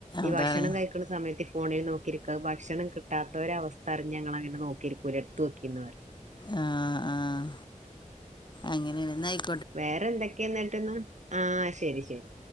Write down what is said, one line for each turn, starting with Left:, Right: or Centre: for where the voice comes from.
Right: ഈ
Left: അതാണ്
Right: ഭക്ഷണം കഴി ക്ക്ണ സമയത്ത് ഫോണിൽ നോക്കിരിക്ക അഹ് ഭക്ഷണം കിട്ട ട്ടാത്തോരവസ്ഥ അറിഞ്ഞാങ്ങളങ്ങനെ നോക്കിരിക്കൂല്ല എടുത്ത് വെക്കുന്നറിയും
Left: ആഹ് ആഹ് അങ്ങനേണ് ന്ന ആയി
Right: വേറെന്തെക്കേന്നട്ട്ന്ന് ആഹ് ശരി ശരി